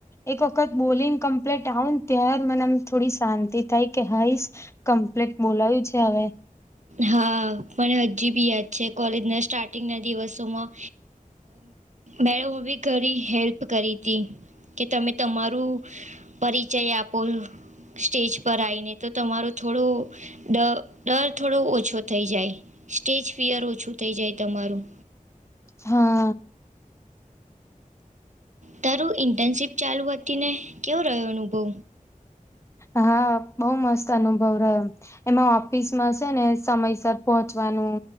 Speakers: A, on the left (about 20°); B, on the right (about 60°).
A: એક વખત બોલિંગ કમ્પ્લીટઉન ત્યારે મનેમ થોડી શાંતિ થાય કે હાઈસ કમ્પ્લેટ બોલાવયું છે હવે.
B: હા પણ હજી બી યાદ છે કોલેજના સ્ટાર્ટિંગના દિવસોમાં મેડમ બી ઘણી હેલ્પ કરી હતી કે તમે તમારું પરિચય આપોલ સ્ટેજ પર આવીને તો તમારો થોડો ડ ડર થોડો ઓછો થઈ જાય સ્ટેજ ફિયર ઓછું થઈ જાય તમારું
A: હા.
B: તારું ઇન્ટર્નશીપ ચાલુ હતી ને કેવો રહ્યો અનુભવ
A: હા બહુ મસ્ત અનુભવ રહ્યો એમાં ઓફિસમાં છે ને સમયસર પહોંચવાનું